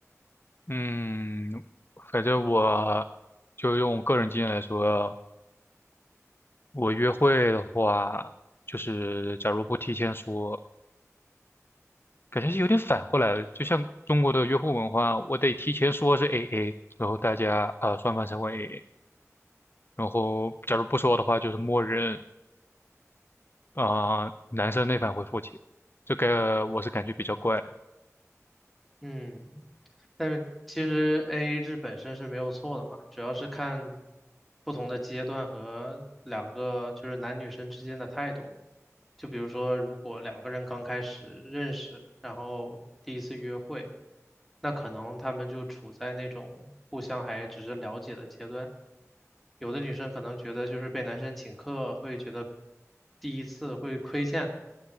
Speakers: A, on the left; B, in the centre.
A: 嗯，反正我就用个人经验来说，我约会的话，就是假如不提前说。感觉是有点反过来了，就像中国的约会文化，我得提前说是 AA，然后大家啊、呃双方才会 AA，然后假如不说的话，就是默认啊、呃男生那方会付钱，这个我是感觉比较怪的。
B: 嗯，但是其实 AA 制本身是没有错的嘛，主要是看不同的阶段和两个就是男女生之间的态度嘛。就比如说，如果两个人刚开始认识，然后第一次约会，那可能他们就处在那种互相还只是了解的阶段。有的女生可能觉得就是被男生请客会觉得第一次会亏欠，